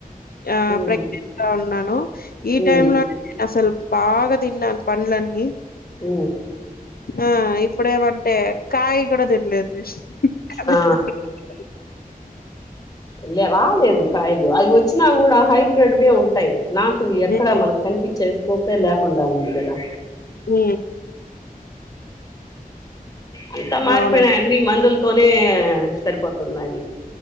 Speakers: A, on the left (about 80°); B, on the left (about 25°).
A: ఆ
B: ఉమ్
A: ప్రెగ్నెంట్ గా ఉన్నాను. ఈ
B: ఉమ్
A: టైమ్ లో నేను అసలు బాగా తిన్నాను పండ్లన్నీ
B: ఉ
A: ఆ ఇప్పుడేమంటే కాయ్ గుడా తినలేదు. నేను. కాయ
B: ఆ
A: కూడా తినలేదు.
B: వెళ్ళావా లేదు కాయలు అవి వచ్చినా గుడా హైబ్రిడ్ వే ఉంటాయి నాటువి ఎక్కడ
A: ఉమ్.
B: మనకు కనిపించే కోప్పే ల్యాక్ కుండా ఉంది గదా
A: ఆ
B: అంతా మారిపోయినాయి
A: అవునండి.
B: అన్ని మందుల్ తోనే సరిపోతున్న అది